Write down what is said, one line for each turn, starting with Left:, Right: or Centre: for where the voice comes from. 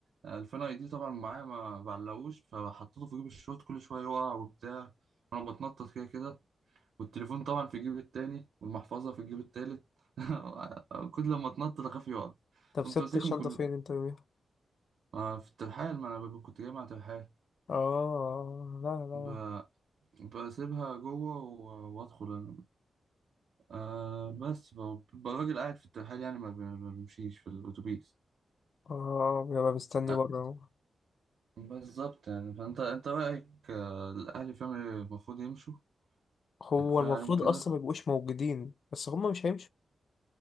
Right: 2000 اي دي طبعا معايا ما بعلقوش فحطيته في جيب الشورت كل شويه يقع وبتاع وانا بتنطط كده كده والتليفون طبعا في جيب التاني والمحفظه في الجيب التالت <laughs> كل لما اتنطط اخاف يقع
Left: طب
Right: قمت
Left: سبت
Right: ماسكهم
Left: الشنطه
Right: كل
Left: فين انت يوميها
Right: آه في الترحال ما انا ب- كنت جاي مع ترحال
Left: اه لا لا
Right: ب... بسيبها جوه و- وادخل انا آه بس ف- الراجل قاعد في الترحال يعني ما بي- ما بيمشيش في الأتوبيس
Left: اه بيبقى مستني
Right: آه
Left: بره اهو
Right: بالظبط يعني فأنت أنت رأيك آه الأهلي فعلا المفروض يمشوا
Left: هو
Right: يعني كفاية
Left: المفروض
Right: عليهم كده
Left: اصلا ما يبقوش موجودين بس هما مش هيمشوا